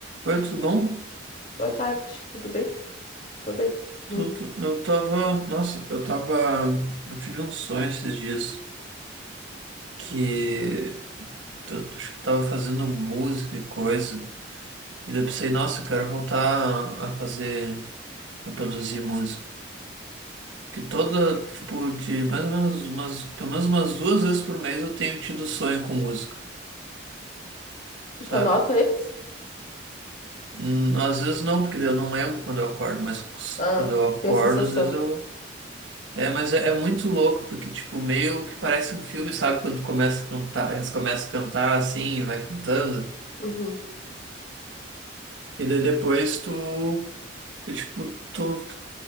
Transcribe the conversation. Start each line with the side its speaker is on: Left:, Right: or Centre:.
Right: Oi, tudo bom?
Left: Boa tarde, tudo bem? Tô bem.
Right: Tudo,
Left: Hum.
Right: eu tava. Nossa, eu tava. Eu tive um sonho esses dias que eu, acho que eu tava fazendo música e coisa. E daí eu pensei, nossa, eu quero voltar a fazer, a produzir música. Que toda, tipo, de mais ou menos umas, pelo menos umas duas vezes por mês eu tenho tido sonho com música,
Left: E
Right: sabe?
Left: tu anota eles?
Right: Hum, Às vezes não, porque daí eu não lembro quando eu acordo, mas
Left: Ah,
Right: quando eu acordo,
Left: tem a sensação.
Right: às vezes eu É, mas é é muito louco, porque, tipo, meio que parece um filme, sabe? Quando tu começa a cantar, eles começam a cantar assim, e vai cantando.
Left: Uhum.
Right: E daí depois tu, eu, tipo, tu,